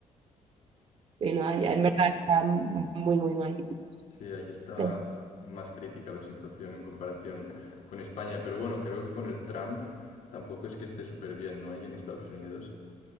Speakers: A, on the right; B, on the left.
A: Sí, no, allá en verdad está muy, muy mal.
B: Sí, ahí está
A: Pero
B: más crítica la situación en comparación con España, pero bueno, creo que con el Trump tampoco es que esté súper bien, ¿no? Ahí en Estados Unidos.